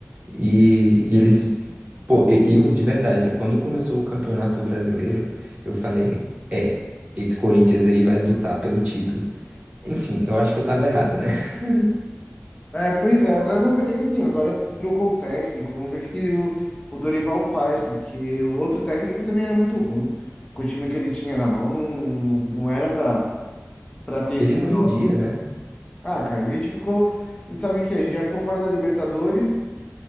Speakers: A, on the right; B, on the left.
A: E, e eles. Pô, e- eu, de verdade, quando começou o Campeonato Brasileiro, eu falei: é, esse Corinthians aí vai lutar pelo título. Enfim, eu acho que eu tava errado, né? <laughs>
B: É, pois é, agora vamos ver. É que assim, agora trocou o técnico, vamos ver o que que o, o Dorival faz, porque o outro técnico também era muito ruim. Com o time que ele tinha na mão, não, não não era pra, pra ter esses
A: Ele não rendia,
B: jogos.
A: né?
B: Ah, cara, a gente ficou. Não sabe o que que é? A gente já ficou fora da Libertadores,